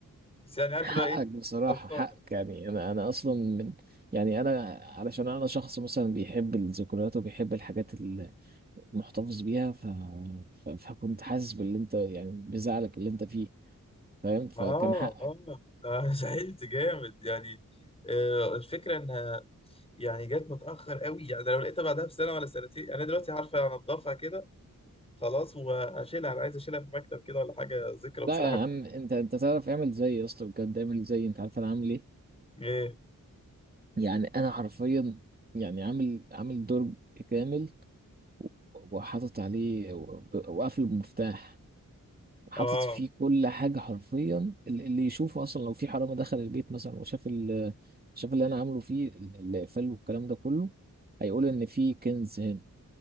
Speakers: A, on the left (about 15°); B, on the right (about 30°).
A: بس يعني عارف
B: حقك
A: اللي هو ايه
B: بصراحة
A: خلصانه
B: حقك يعني أنا أنا أصلا من يعني أنا علشان أنا شخص مثلا بيحب الذكريات وبيحب الحاجات اللي محتفظ بيها ف... ف... فكنت حاسس باللي أنت يعني بزعلك اللي أنت فيه فاهم فكان
A: اه
B: حقك
A: اه آه، <laughs> زعلت جامد يعني آه، الفكره ان يعني جت متأخر قوي يعني ده لو لقيتها بعدها بسنة ولا سنتين يعني أنا دلوقتي عارفة أنضفها كده خلاص وأشيلها أنا عايز أشيلها في مكتب كده ولا حاجة ذكرى بصراحة
B: لا يا عم أنت أنت تعرف اعمل زيي يا اسطى بجد اعمل زيي أنت عارف أنا عامل إيه
A: إيه
B: يعني أنا حرفيا يعني عامل عامل دور كامل وحاطط عليه و- وقافل المفتاح وحاطط
A: آه
B: فيه كل حاجة حرفيا اللي اللي يشوفه أصلا لو في حرامي دخل البيت مثلا وشاف ال شاف اللي أنا عامله فيه ال- الإقفال والكلام ده كله هيقول إن في كنز هنا